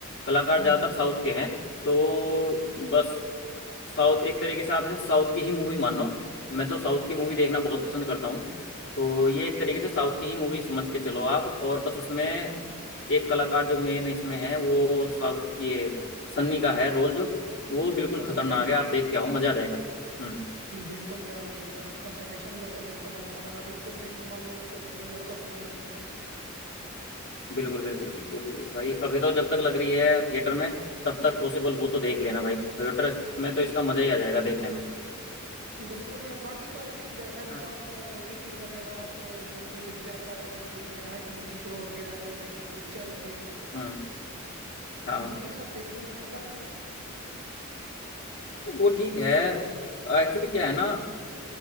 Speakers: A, on the left; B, on the right.
A: कलाकार
B: हम्म
A: ज्यादातर साउथ के हैं तो बस साउथ एक तरीके से आप इसे साउथ की ही मूवी मान लो मैं तो साउथ की मूवी देखना बहुत पसंद करता हूँ तो ये एक तरीके से साउथ की ही मूवी समझ के चलो आप और बस उसमें एक कलाकार जो मेन इसमें है वो साउथ ये सन्नी का है रोल जो वो बिल्कुल
B: सन्नी
A: खतरनाक
B: भाई का।
A: है आप देख के आओ मजा आ जाएगा हम्म
B: बिल्कुल यार भाई यार आपका सजेशन मेरे को बिल्कुल अच्छा लगा बिल्कुल देखूंगा मैं इसको जब भी मेरे को समय मिलता है
A: बिल्कुल बिल्कुल बिल्कुल भाई अभी तो जब तक लग रही है थिएटर में तब तक पॉसिबल हो तो देख लेना भाई थिएटर में तो इसका मजा ही आ जाएगा देखने में
B: बिल्कुल यार बाकी तो ऐसे ही बैठा रहता
A: है ना
B: हूँ मैं ओटीटी वगैरह पे जो भी दिख जाता है जो भी नया टीवी शो हो गया जो भी नई पिक्चर हो गई
A: हम्म हाँ
B: वही सब देखने में आता है यार
A: वो ठीक है एक्चुअली क्या है ना